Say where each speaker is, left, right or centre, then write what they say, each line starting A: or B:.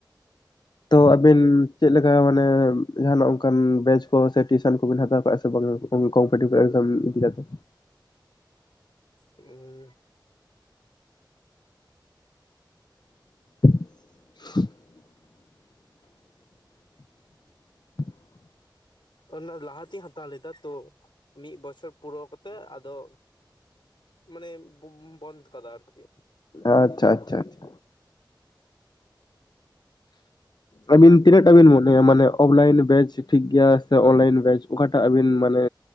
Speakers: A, on the left (about 60°); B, on the left (about 85°).
A: ᱛᱚ ᱟᱵᱤᱱ ᱪᱮᱫ ᱞᱮᱠᱟ ᱢᱟᱱᱮ, ᱡᱟᱦᱱᱟᱜ ᱚᱱᱠᱟᱱ ᱵᱮᱪ ᱠᱚ ᱥᱮ ᱴᱤᱭᱥᱚᱱ ᱠᱚᱵᱤᱱ ᱦᱟᱛᱟᱣ ᱠᱟᱜᱼᱟ ᱥᱮ ᱵᱟᱝᱟ᱾ᱠᱚᱢᱯᱤᱴᱤᱵᱷ ᱮᱠᱡᱟᱢ ᱤᱫᱤ ᱠᱟᱛᱮ?
B: ᱦᱮᱸ
A: <inaudible> <inaudible>
B: ᱚᱱᱟ ᱞᱟᱦᱟᱛᱤᱧ ᱦᱟᱛᱟᱣ ᱞᱮᱫᱟ᱾ ᱛᱚ ᱢᱤᱜ ᱵᱚᱪᱷᱚᱨ ᱯᱩᱨᱟᱹᱣ ᱠᱟᱛᱮᱜ ᱟᱫᱚ ᱢᱟᱱᱮ ᱵᱚᱸᱱᱫ ᱠᱟᱫᱟ ᱟᱨᱠᱤ᱾
A: ᱟᱪᱪᱷᱟ ᱟᱪᱪᱷᱟ ᱟᱪᱷᱟ᱾ ᱟᱹᱵᱤᱱ
B: ᱚᱱᱟᱜᱮ
A: ᱛᱤᱱᱟᱹᱜ ᱴᱟ ᱵᱤᱱ ᱢᱚᱱᱮᱭᱟ? ᱢᱟᱱᱮ, ᱚᱯᱷᱞᱟᱭᱤᱱ ᱵᱮᱪ ᱴᱷᱤᱠ ᱜᱮᱭᱟ ᱾ᱥᱮ ᱚᱱᱞᱟᱭᱤᱱ ᱵᱮᱪ ᱚᱠᱟᱴᱟᱜ ᱟᱵᱤᱱ ᱢᱟᱱᱮ